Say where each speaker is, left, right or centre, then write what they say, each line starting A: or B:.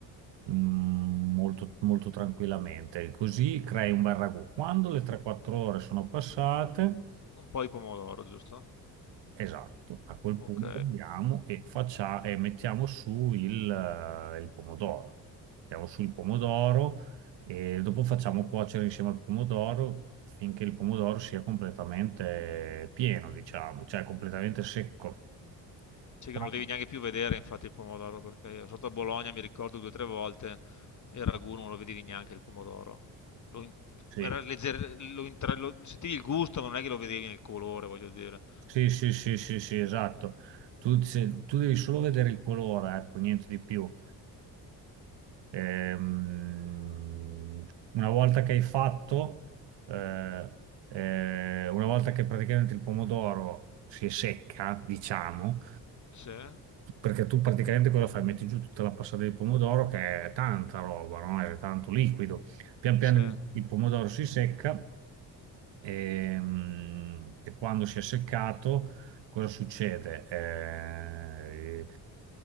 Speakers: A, on the right; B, on the left.
A: Mm, molto, molto tranquillamente. Così crei un bel ragù. Quando le 3-4 ore sono passate,
B: Un po' di pomodoro, giusto?
A: Esatto, a quel
B: Ok.
A: punto andiamo e, faccia- e mettiamo su il, eh, il pomodoro. Mettiamo su il pomodoro e dopo facciamo cuocere insieme al pomodoro finché il pomodoro sia completamente pieno, diciamo, cioè completamente secco.
B: Sì,
A: Qua-
B: che non lo devi neanche più vedere, infatti, il pomodoro, perché io sotto a Bologna mi ricordo due o tre volte e il ragù non lo vedevi neanche il pomodoro. Lo, in-
A: Sì,
B: era legger- lo intra- lo- sentivi il gusto, ma non è che lo vedevi nel colore, voglio dire.
A: sì, sì, sì, sì, sì, esatto. Tu, se- tu devi solo vedere il colore, ecco, niente di più. Ehm, una volta che hai fatto, eh, eh, una volta che praticamente il pomodoro si è secca, diciamo,
B: Sì,
A: perché tu praticamente cosa fai? Metti giù tutta la passata di pomodoro che è tanta roba, no? È tanto liquido. Pian piano
B: sì.
A: il il pomodoro si secca Ehm, E, quando si è seccato, cosa succede? Eh,